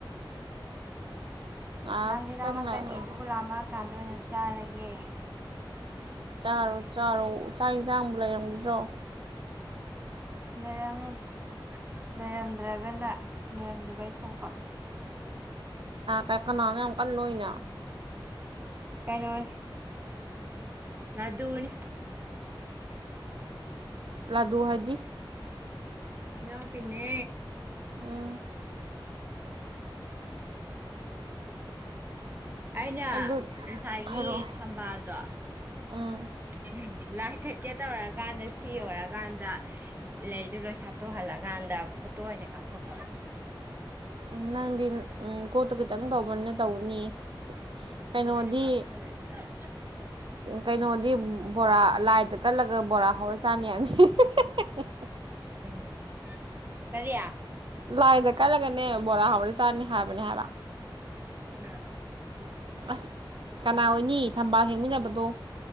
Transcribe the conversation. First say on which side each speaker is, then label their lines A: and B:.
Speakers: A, on the right; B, on the right.
A: ꯉꯥꯏꯍꯥꯛꯇꯪ
B: ꯂꯥꯝꯗꯤ ꯂꯥꯝꯃꯛꯀꯅꯤ
A: ꯂꯥꯛꯑꯦꯕ
B: ꯑꯗꯨꯕꯨ ꯂꯥꯝꯃ ꯀꯥꯟꯗ ꯑꯣꯏꯅ ꯆꯥꯔꯒꯦ
A: ꯆꯥꯔꯣ ꯆꯥꯔꯣ ꯆꯥꯛ ꯌꯦꯟꯁꯥꯡꯕꯨ ꯂꯩꯔꯝꯒꯗ꯭ꯔꯣ
B: ꯂꯩꯔꯝꯃꯤ ꯍꯥ ꯍꯥ ꯍꯥ ꯂꯩꯔꯝꯗ꯭ꯔꯒꯅ ꯂꯩꯔꯝꯗꯕꯩ ꯊꯣꯛꯄ
A: ꯀ ꯀꯅꯥꯅꯣ ꯌꯥꯝ ꯀꯟꯅ ꯅꯣꯛꯏꯅ
B: ꯀꯩꯅꯣꯅꯦ ꯂꯥꯗꯨꯅꯤ
A: ꯂꯥꯗꯨ ꯍꯥꯏꯗꯤ
B: ꯏꯅꯥꯎꯄꯤꯅꯦ
A: ꯎꯝ
B: <unintelligible> ꯑꯩꯅ
A: ꯑꯗꯨ
B: ꯉꯁꯥꯏꯒꯤ
A: ꯍꯥꯏꯔꯛꯑꯣ
B: ꯊꯝꯕꯥꯜꯗꯣ
A: ꯎꯝ
B: ꯍꯨꯝ ꯂꯥꯏꯀꯠꯀꯦ ꯇꯧꯔꯀꯥꯟꯗ ꯁꯤ ꯌꯧꯔꯀꯥꯟꯗ ꯂꯩꯗꯨ ꯂꯣꯏ ꯁꯥꯠꯇꯣꯛꯍꯜꯂꯀꯥꯟꯗ ꯐꯣꯇꯣ ꯑꯣꯏꯅ ꯀꯥꯞꯊꯣꯛꯄ
A: ꯎꯝ ꯅꯪꯗꯤ ꯎꯝ ꯀꯣꯠꯇꯨ ꯈꯤꯇꯪ ꯇꯧꯕꯅ ꯇꯧꯅꯤ
B: ꯐꯣꯇꯣ
A: ꯀꯩꯅꯣꯗꯤ
B: ꯑꯣꯏꯅ ꯀꯥꯞꯊꯣꯔꯛꯑꯦ ꯁꯣꯏꯔꯦ
A: ꯀꯩꯅꯣꯗꯤ ꯕꯣꯔꯥ ꯂꯥꯏꯗ ꯀꯠꯂꯒ ꯕꯣꯔꯥ ꯍꯧꯔ ꯆꯥꯅꯤ ꯍꯥꯏꯕꯅꯦ ꯍꯦ ꯍꯦ ꯍꯦ
B: ꯎꯝ ꯀꯔꯤ
A: ꯂꯥꯏꯗ ꯀꯠꯂꯒꯅꯦ ꯕꯣꯔꯥ ꯍꯧꯔ ꯆꯥꯅꯤ ꯍꯥꯏꯕꯅꯦ ꯍꯥꯏꯕ
B: ꯀꯅꯥꯅꯣ
A: ꯑꯁ ꯀꯅꯥ ꯑꯣꯏꯅꯤ ꯊꯝꯕꯥꯜ ꯍꯦꯛꯃꯤꯟꯅꯕꯗꯣ